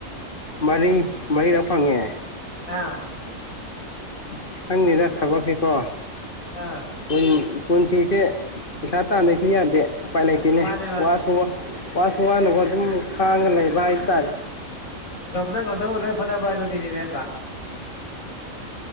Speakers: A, on the left; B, on the left.
A: ꯃꯔꯤ ꯃꯔꯤꯔꯛ ꯐꯪꯉꯦ
B: ꯑꯥ
A: ꯑꯁ ꯈꯪꯉꯗꯥ ꯊꯕꯛꯁꯤꯀꯣ
B: ꯑꯥ
A: ꯎꯝ ꯄꯨꯟꯁꯤꯁꯦ ꯄꯩꯁꯥ ꯇꯥꯗꯁꯨ ꯌꯥꯗꯦ ꯎꯄꯥꯏ ꯂꯩꯇꯦꯅꯦ
B: ꯃꯥꯅꯦ ꯃꯥꯅꯦ
A: ꯋꯥꯁꯨ ꯋꯥꯁꯨ ꯋꯥꯅꯕ ꯑꯗꯨꯝ ꯈꯥꯡꯉ ꯂꯩꯕ ꯍꯥꯏꯕ ꯇꯥꯔꯦ
B: ꯉꯝꯅꯪ ꯉꯣꯟꯅ ꯂꯩꯦ ꯍꯣꯟꯕꯥꯏꯗꯣꯅꯤꯅꯦ ꯍꯥ꯭ꯔꯥ